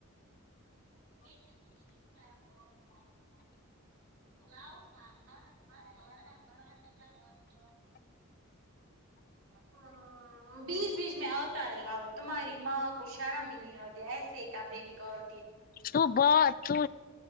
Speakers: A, on the right; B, on the left.
A: <unintelligible> <unintelligible> ام بیچ بیچ میں آتا ہے لاؤ تمہاری ماں کو شرم ہی نہیں آتی ایسے کپڑے نکال
B: تو بات تو